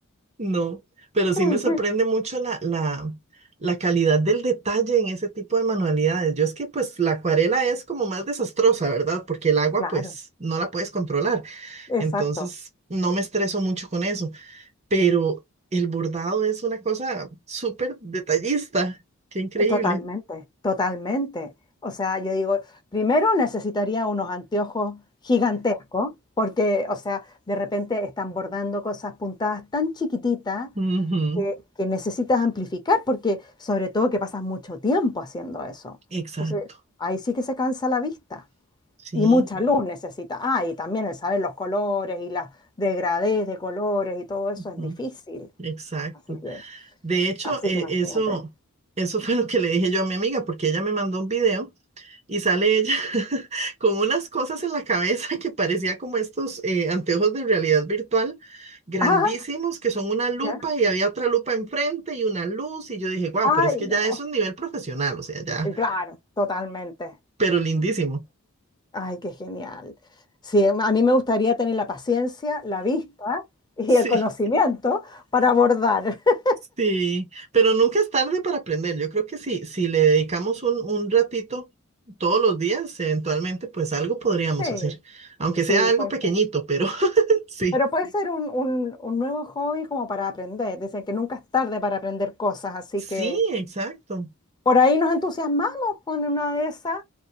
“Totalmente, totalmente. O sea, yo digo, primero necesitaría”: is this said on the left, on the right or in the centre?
Left